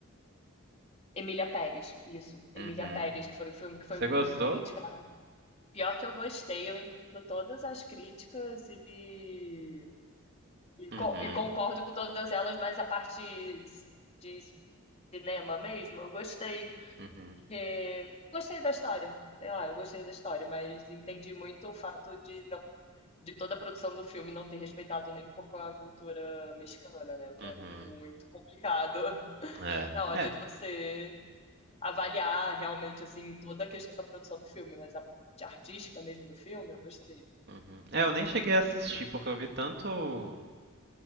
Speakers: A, on the left; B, on the right.
A: Emília Pérez. Isso, Emília
B: Uhum.
A: Pérez, que foi um filme que foi
B: Você
A: muito
B: gostou?
A: criticado. Pior que eu gostei, eu entendo todas as críticas e, e,
B: Uhum.
A: co- e concordo com todas elas, mas a parte de cinema mesmo, eu gostei.
B: Uhum.
A: Porque eu gostei da história, sei lá, eu gostei da história, mas entendi muito o fato de não de toda a produção do filme não ter respeitado nem um pouco a cultura mexicana, né? O que
B: Uhum.
A: é muito complicado <laughs>
B: É.
A: na hora
B: É.
A: de você avaliar realmente assim toda a questão da produção do filme, mas a parte artística mesmo do filme, eu gostei.
B: Uhum. É, eu nem cheguei a assistir porque eu vi tanto